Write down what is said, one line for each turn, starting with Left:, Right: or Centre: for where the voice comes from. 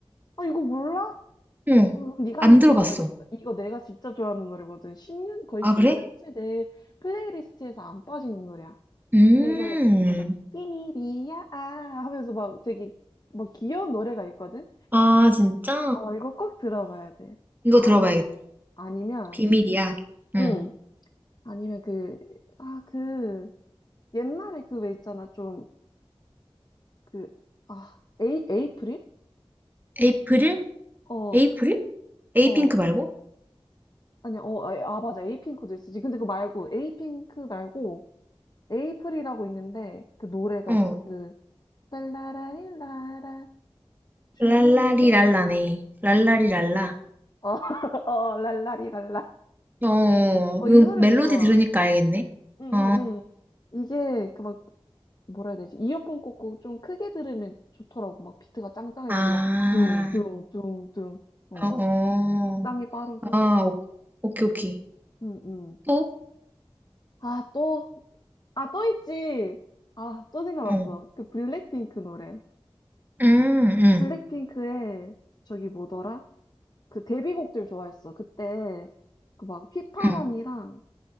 Left: 아, 이거 몰라?
Right: 응,
Left: 그럼 네가
Right: 안
Left: 한번
Right: 들어봤어.
Left: 들어봐야겠다. 이거 내가 진짜 좋아하는 노래거든. 십년 거의
Right: 아,
Left: 10년째
Right: 그래?
Left: 내 플레이리스트에서 안 빠지는 노래야.
Right: 음,
Left: 이게 약간 비밀이야 아 하면서 막 되게 막 귀여운 노래가 있거든.
Right: 아, 진짜?
Left: 어, 이거 꼭 들어봐야 돼.
Right: 이거
Left: 아니면
Right: 들어봐야겠다.
Left: 아니면
Right: 비밀이야. 응.
Left: 응. 아니면 그 아, 그 옛날에 그 왜 있잖아. 좀 그 아, 에이 에이프릴?
Right: 에이프릴?
Left: 어,
Right: 에이프릴?
Left: 그
Right: 에이핑크
Left: 어.
Right: 말고?
Left: 아니, 어, 아, 아, 맞아. 에이핑크도 있었지. 근데 그거 말고, 에이핑크 말고, 에이프릴이라고 있는데 그 노래가
Right: 어.
Left: 있어. 그 랄라라릴라라 주문을
Right: 랄라리랄라네.
Left: 왜?
Right: 랄라리랄라.
Left: 어, <laughs> 어, 랄라리랄라.
Right: 어,
Left: 어,
Right: 음,
Left: 이 노래도
Right: 멜로디
Left: 좋아.
Right: 들으니까 알겠네.
Left: 응응응.
Right: 어,
Left: 이게 그 막 뭐라 해야 되지? 이어폰 꽂고 좀 크게 들으면 좋더라고. 막 비트가 짱짱해가지고
Right: 아,
Left: 막 둥둥둥둥. 어,
Right: 어, 어,
Left: 적당히 빠르고.
Right: 아, 오, 오케이, 오케이.
Left: 응응.
Right: 또?
Left: 아, 또, 아, 또 있지. 아, 또 생각났어.
Right: 어,
Left: 그 블랙핑크 노래.
Right: 음, 음,
Left: 블랙핑크의 저기 뭐더라? 그 데뷔곡들 좋아했어. 그때 그 막 휘파람이랑
Right: 음,